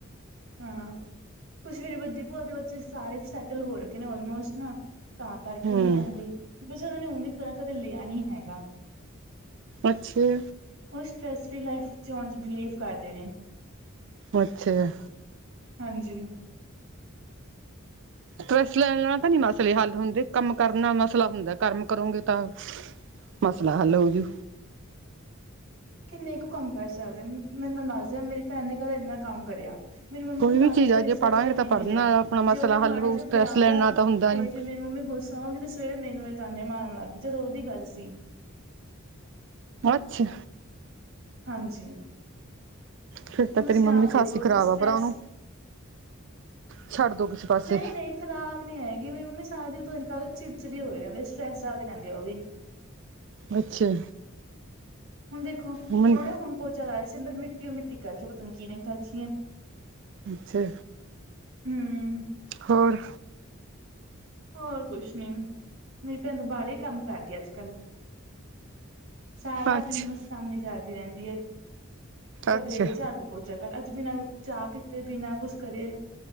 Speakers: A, on the right; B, on the right.
A: ਹਾਂ, ਕੁਛ ਮੇਰੀ ਵੱਡੀ ਭੂਆ ਦੇ ਬੱਚੇ ਸਾਰੇ ਸੈਟਲ ਹੋ ਰਹੇ ਨੇ ਅਲਮੋਸਤ ਨਾ ਤਾਂ ਕਰਕੇ
B: ਹਮ
A: ਨੀ ਲੈਂਦੀ ਬਸ ਉਹਨਾਂ ਨੇ ਉ ਵੀ ਕੀ ਕਦੇ ਲਿਆ ਨੀ ਹੈਗਾ
B: ਅੱਛਾਂ।
A: ਉਹ ਸਟ੍ਰੈਸ ਲਾਈਫ ਚ ਹੋਣ ਚ ਬਿਲੀਵ ਕਰਦੇ ਨੇ
B: ਅੱਛਾ ਜੀ।
A: ਹਾਂਜੀ।
B: ਟਰੈੱਸ ਲੈ ਲੈਣਾ ਤਾਂ ਨੀ ਮਸਲੇ ਹੱਲ ਹੁੰਦੇ ਕੰਮ ਕਰਨਾ ਮਸਲਾ ਹੁੰਦਾ ਕੰਮ ਕਰੋਗੇ ਤਾਂ, ਮਸਲਾ ਹੱਲ ਹੋਜੂ
A: ਕਿੰਨੇ ਕੁ ਕੰਮ ਕਰ ਸਕਦੇ ਮੈਨੂੰ ਦੱਸਦੇ ਆ ਮੇਰੀ ਭੈਣ ਨੇ ਕੱਲ ਇੰਨਾ ਕੰਮ ਕਰਿਆ ਮੇਰੀ ਮੰਮੀ
B: ਕੋਈ
A: ਨੂੰ ਤਾਂ
B: ਚੀਜ਼
A: ਵੀ ਸੈਟਿਸਫੈਕਸ਼ਨ
B: ਆ ਜੇ ਪੜਾਂਗੇ ਤਾਂ
A: ਨੀ
B: ਪੜ੍ਹਨ
A: ਮਿਲਿਆ
B: ਨਾਲ ਆਪਣਾ ਮਸਲਾ
A: ਜੇ ਉਹਨੇ
B: ਹੱਲ
A: ਮਾੜਾ
B: ਹੋਊ
A: ਜਾ
B: ਸਟਰੈਸ
A: ਗਿਣਾ
B: ਲੈਣ
A: ਤਾ
B: ਨਾਲ ਤਾਂ ਹੁੰਦਾ
A: ਤੇ
B: ਨੀ
A: ਫੇਰ ਮੇਰੀ ਮੰਮੀ ਗੁੱਸਾ ਸੋਗੀ ਤੇ ਸਵੇਰੇ ਮੈਨੂੰ ਇਹ ਤਾਨੇ ਮਾਰਨ ਲੱਗ ਗਈ ਜਦੋਂ ਉਹਦੀ ਗੱਲ ਸੀ।
B: ਅੱਛਾ।
A: ਹਾਂਜੀ।
B: ਫਿਰ ਤਾਂ ਤੇਰੀ
A: ਤੁਸੀਂ
B: ਮੰਮੀ
A: ਆਪ ਦੇਖੋ
B: ਖਾਸੀ ਖ਼ਰਾਬ
A: ਫਿਰ ਸਟਰੈਸ
B: ਆ ਭਰਾ ਉਹਨੂੰ। ਛੱਡ ਦੋ ਕਿਸੇ ਪਾਸੇ।
A: ਨਹੀਂ-ਨਹੀਂ ਖ਼ਰਾਬ ਨੀ ਹੈਗੀ ਮੇਰੀ ਮੰਮੀ ਸਾਰਾ ਦਿਨ ਨੂੰ ਪਤਾ ਨੀ ਕਦੇ ਚਿੜਚਿੜੀ ਹੋਏ ਰਹਿੰਦੀ ਸਟਰੈਸ ਜ਼ਿਆਦਾ ਲੈਦੀ ਐ ਉਹ ਵੀ।
B: ਅੱਛਾ।
A: ਹੁਣ ਦੇਖੋ ਹੁਣ
B: ਮਨ
A: ਉਹਨੇ ਹੁਣ ਪੋਚਾ ਲਾਇਆ ਸੀ ਅੰਦਰ ਮਿੱਟੀਓ ਮਿੱਟੀ ਕਰਕੇ ਪਤਾ ਨੀ ਕਿਨੇ ਕਰ ਰੱਖੀ ਐ।
B: ਅੱਛਾ।
A: ਹੂੰ,
B: ਹੋਰ।
A: ਹੋਰ ਕੁਛ ਨੀ ਮੇਰੀ ਭੈਣ ਦਾ ਵਾਲਾ ਈ ਕੰਮ ਕਰਦੀ ਐ ਅੱਜ ਕੱਲ। ਸਾਰਾ
B: ਅੱਛਾ
A: ਦਿਨ ਬਸ ਕੰਮ ਈ ਕਰਦੀ ਰਹਿੰਦੀ ਐ ਕਦੇ
B: ਅੱਛਾ
A: ਝਾੜੂ ਬੋਤ ਜਗਾ ਅੱਜ ਬਿਨਾਂ ਚਾਹ ਪੀਤੇ ਬਿਨਾਂ ਕੁਛ ਕਰੇ।